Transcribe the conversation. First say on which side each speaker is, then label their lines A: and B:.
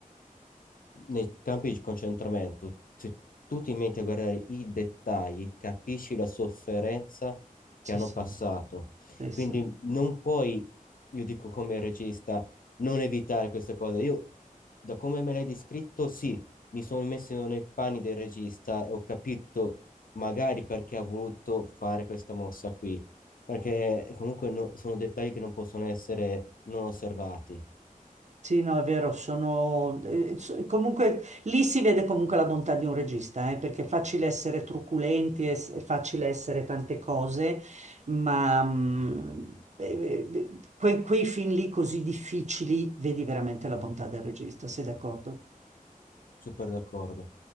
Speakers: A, on the left (about 70°); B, on the right (about 55°).
A: nei campi di concentramento, se tu ti metti a guardare i dettagli, capisci la sofferenza
B: Sì,
A: che hanno
B: sì,
A: passato.
B: sì,
A: Quindi
B: sì.
A: non puoi, io dico come regista, non evitare queste cose. Io, da come me l'hai descritto, sì, mi sono messo nei panni del regista e ho capito magari perché ha voluto fare questa mossa qui. Perché comunque no- sono dettagli che non possono essere non osservati.
B: Sì, no, è vero, sono... eh, so- comunque lì si vede comunque la bontà di un regista, eh, perché è facile essere truculenti, è, s- è facile essere tante cose, ma mm, eh, eh, quei, quei film lì così difficili vedi veramente la bontà del regista, sei d'accordo?
A: Super d'accordo.